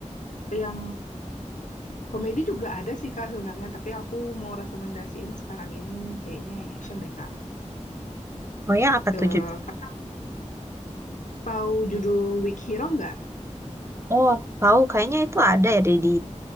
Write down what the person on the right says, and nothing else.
Oh ya, apa
tuh judulnya?
Oh, tahu. Kayaknya itu ada ya di, di